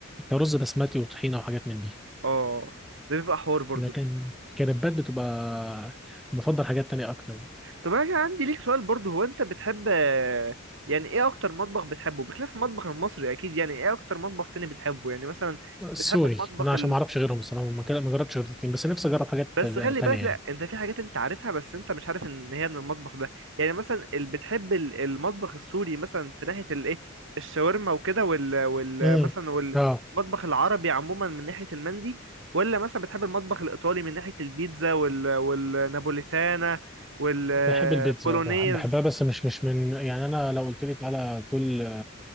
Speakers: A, in the centre; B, on the right.
A: رز بسمتي وطحينة وحاجات من دي
B: اه ده بيبقى حوار برضو
A: لكن كريبات بتبقى بفضل حاجات تانية أكتر يعني
B: طب انا كان عندي ليك سؤال برضو هو انت بتحب آه، يعني ايه اكتر مطبخ بتحبه بخلاف المطبخ المصري اكيد يعني ايه اكتر مطبخ تاني بتحبه يعني مثلا
A: سوري
B: بتحب المطبخ
A: أنا عشان ما أعرفش غيرهم الصراحة ما كده- ما جربتش غير الاتنين بس نفسي أجرب حاجات
B: بس خلي
A: تانية
B: بالك
A: يعني
B: لا انت في حاجات انت عارفها بس انت مش عارف ان هي من المطبخ ده يعني مثلا اللي بتحب ال- المطبخ السوري مثلا في ناحية الايه الشاورما وكده وال وال
A: امم
B: مثلا والمطبخ
A: اه
B: العربي عموما من ناحية المندي ولا مثلا بتحب المطبخ الايطالي من ناحية البيتزا وال والنابوليتانا والبولونيز
A: بحب البيتزا بحب- بحبها بس مش مش من يعني أنا لو قلت لي تعالى كل